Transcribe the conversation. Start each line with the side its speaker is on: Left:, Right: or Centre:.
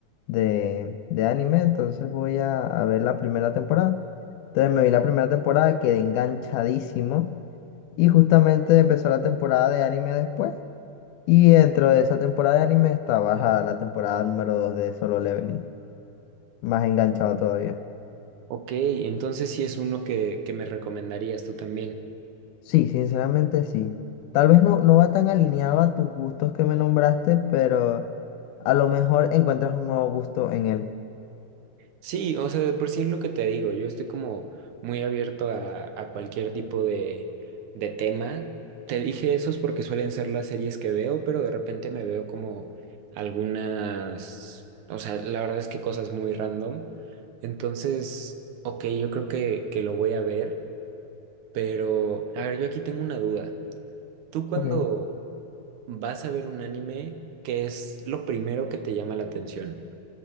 Left: de, de anime, entonces voy a, a ver la primera temporada. Entonces me vi la primera temporada, quedé enganchadísimo y justamente empezó la temporada de anime después. Y dentro de esa temporada de anime está bajada la temporada número 2 de Solo Leveling, más enganchado todavía.
Right: Ok, entonces sí es uno que, que me recomendarías tú también.
Left: Sí, sinceramente sí. Tal vez no, no va tan alineado a tus gustos que me nombraste, pero a lo mejor encuentras un nuevo gusto en él.
Right: Sí, o sea, de por sí es lo que te digo, yo estoy como muy abierto a, a cualquier tipo de, de tema. Te dije eso es porque suelen ser las series que veo, pero de repente me veo como algunas, o sea, la verdad es que cosas muy random. Entonces, ok, yo creo que, que lo voy a ver, pero a ver, yo aquí tengo una duda. ¿Tú cuando
Left: Ok.
Right: vas a ver un anime, qué es lo primero que te llama la atención?